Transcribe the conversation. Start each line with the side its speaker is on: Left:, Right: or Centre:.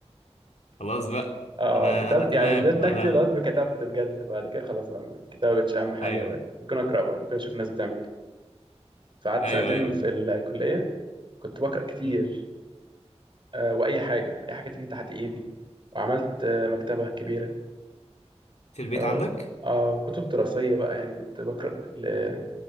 Left: خلاص بقى
Right: آه
Left: انا
Right: كتبت
Left: انا تمام
Right: يعني فضلت
Left: انا
Right: أكتب لغاية ما كتبت بجد بعد كده خلاص بقى الكتابة مبقتش أهم حاجة
Left: ايوه
Right: بقى
Left: ايوه
Right: ممكن أقرأ بقى ممكن أشوف الناس بتعمل إيه فقعدت
Left: ايوه
Right: سنتين
Left: ايوه
Right: في الكلية كنت بقرأ كتير
Left: أمم.
Right: آه وأي حاجة أي حاجة تيجي تحت إيدي وعملت آه مكتبة كبيرة
Left: في البيت
Right: آه
Left: عندك
Right: آه كتب دراسية بقى يعني كنت بقرأ ل...